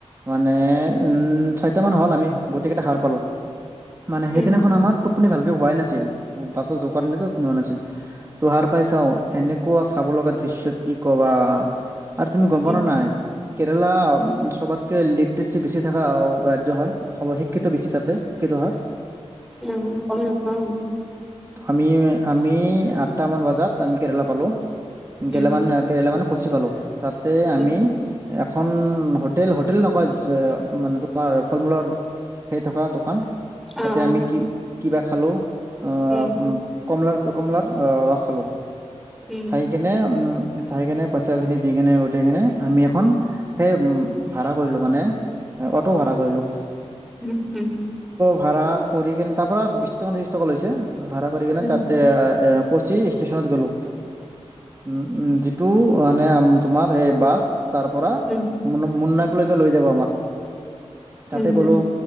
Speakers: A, on the right; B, in the centre.
A: মানে উম, ছয়টামান হ'ল আমি গোটেইকেইটা সাৰ পালোঁ। মানে
B: উম,
A: সেইদিনাখন
B: উম,
A: আমাৰ টোপনি ভালকে হোৱাই নাছিল বাছত জোৱাৰ দনাটো টোপুনি হোৱা নাছিল। তোহাৰ পাই চাওঁ, এনেকুৱা চাব লগা দৃশ্য কি ক'বা? আৰু তুমি গম প
B: উম,
A: না নাই? কেৰেলা সবাতকৈ লিট্ৰষ্টি বেছি থকা ৰাজ্য হয়, শিক্ষিত বেছি তাতে, শিক্ষিত হাঁ?
B: উম গম‌ নাপাওঁ।
A: আমি, আমি আঠটা মান বজাত আমি কেৰেলা পালোঁ,
B: উম,
A: কেৰেলা মানে কেৰেলা মানে কচি পালোঁ তাতে আমি
B: উম,
A: এখন হোটেল হোটেল নকয় মানে তোমাৰ ফল মূলৰ সেই থকা দোকান। তাতে
B: অ', অ',
A: আমি কি কিবা খালো আহ
B: উম,
A: উ কমলাৰ কমলাৰ ৰস খালোঁ
B: উম,
A: খাইকনে থাই কেনে পইচাখিনি দি কেনে, উঠাই কিনে আমি এখন সেই উম ভাড়া কৰিলোঁ মানে অটো ভাড়া কৰিলোঁ।
B: উম হম।
A: ভাড়া কৰি কেনে তাৰ পৰা বিশছ টকা ত্ৰিছ টকা লৈছে ভাড়া কৰি কেনে
B: উম,
A: তাতে এ কচি ষ্টেশচনত গলো। উম উ যিটো মানে তোমাৰ সেই বাছ তাৰ পৰা
B: উম,
A: মু মুন্নাক লৈকে লৈ যাব আমাক
B: উম,
A: তাতে
B: উম, উম,
A: গলো